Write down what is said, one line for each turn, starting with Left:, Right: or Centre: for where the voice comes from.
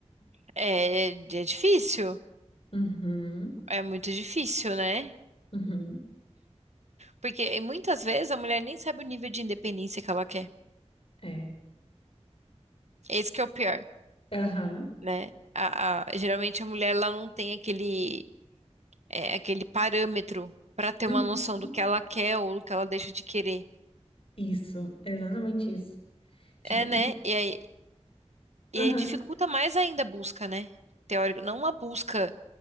Right: É, é difícil,
Left: Uhum,
Right: é muito difícil, né?
Left: uhum.
Right: Porque e muitas vezes a mulher nem sabe o nível de independência que ela quer.
Left: é.
Right: Esse que é o pior,
Left: Aham.
Right: né? A, a- geralmente a mulher ela não tem aquele, é, aquele parâmetro para ter
Left: Uhum.
Right: uma noção do que ela quer ou do que ela deixa de querer.
Left: Isso, é exatamente isso. Tipo,
Right: É, né?
Left: e-
Right: E aí, e
Left: aham.
Right: aí dificulta mais ainda a busca, né? Teórico, não uma busca.